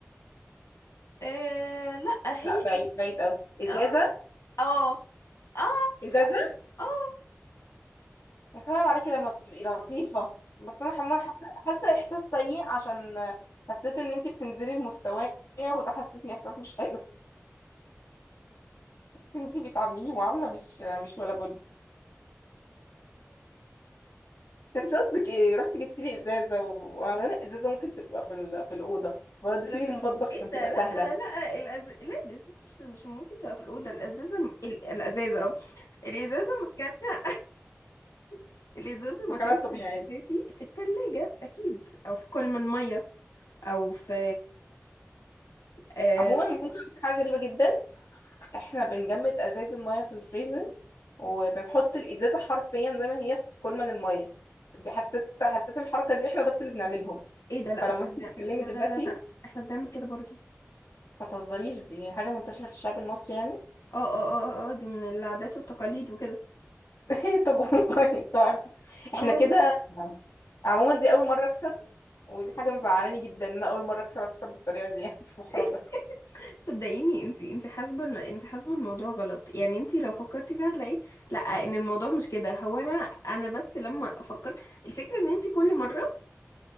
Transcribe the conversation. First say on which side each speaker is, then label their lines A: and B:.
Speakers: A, on the left; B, on the left.
A: آه لا هي
B: لا بعيد بعيد قوي ازازة
A: اه اه اه
B: ازازة
A: اه
B: يا سلام عليكي لما بتبقي لطيفة بس انا حمار حاسة حاسة احساس سيء عشان حسيت ان انتي بتنزلي المستوى وده حسسني احساس مش حلو حسيت ان انتي بتعامليني معاملة مش مش ولا بد كانش قصدك ايه رحتي جبتي لي ازازة و- وانا ازازة ممكن تبقى في ال... في الأوضة وديتي
A: على
B: لي
A: فكرة
B: المطبخ
A: ايه
B: كانت
A: ده
B: تبقى
A: لا
B: سهلة
A: لا الأز... لا الازازه مش مش ممكن تبقى في الاوضه الازازه م- ال... الازازه اه الازازه مكانها <laughs> الازازه
B: فكانت
A: مكانها
B: طبيعي
A: الاساسي في الثلاجه اكيد او في كل من ميه او في آه...
B: عموما ممكن أقول لك حاجة غريبة جدا احنا بنجمد ازاز المية في الفريزر وبنحط الازازة حرفيا زي ما هي في كولمن المية دي حسيت حسيت الحركة دي احنا بس اللي بنعملهم
A: ايه ده لا
B: فلما
A: احنا
B: انت
A: بن... لا
B: بتتكلمي دلوقتي
A: لا لا لا احنا بنعمل كده برضو
B: ما تهزريش دي حاجة منتشرة في الشعب المصري يعني
A: اه اه اه اه اه، دي من العادات والتقاليد وكده
B: <laughs> طب والله تحفة احنا
A: اه والله
B: كده عموما دي اول مرة اكسب ودي حاجة مزعلاني جدا ان انا اول مرة اكسب اكسب بالطريقة دي يعني <laughs> محرجة
A: <laughs> صدقيني انتي انتي حاسبه ال- انتي حاسبه الموضوع غلط يعني انتي لو فكرتي فيها هتلاقي لا ان الموضوع مش كده هو انا انا بس لما فكرت الفكره ان انتي كل مره